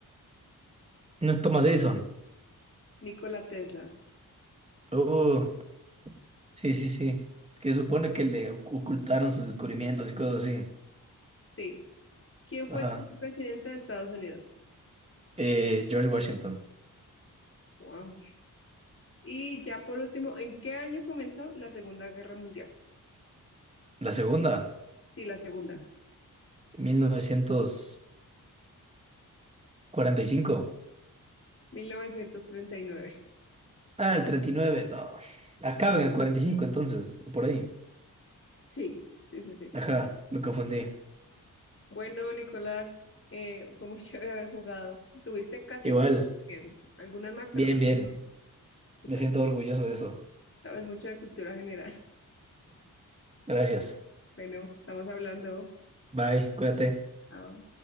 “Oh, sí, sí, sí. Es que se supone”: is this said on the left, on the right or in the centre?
Right